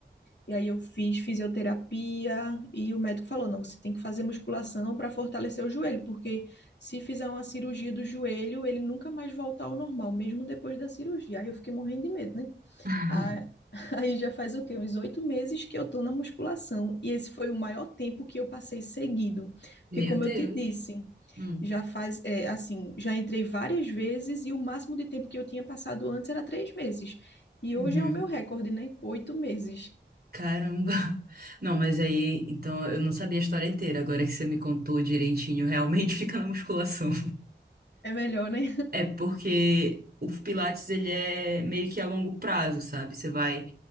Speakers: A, on the left; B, on the right.
A: e aí eu fiz fisioterapia e o médico falou: não, você tem que fazer musculação para fortalecer o joelho, porque se fizer uma cirurgia do joelho, ele nunca mais volta ao normal, mesmo depois da cirurgia. Aí eu fiquei morrendo de medo, né?
B: <laughs>
A: Ah, <laughs> Aí já faz o quê? Uns oito meses que eu tô na musculação. E esse foi o maior tempo que eu passei seguido. Porque,
B: Meu
A: como
B: Deus.
A: eu te disse,
B: Hum.
A: já faz, é, assim, já entrei várias vezes e o máximo de tempo que eu tinha passado antes era três meses. E
B: Uhum.
A: hoje é o meu recorde, né? Oito meses.
B: Caramba. <laughs> Não, mas aí, então eu não sabia a história inteira. Agora que você me contou direitinho, realmente <laughs> fica na musculação.
A: É melhor, né?
B: É porque o Pilates ele é meio que a longo prazo, sabe? Você vai,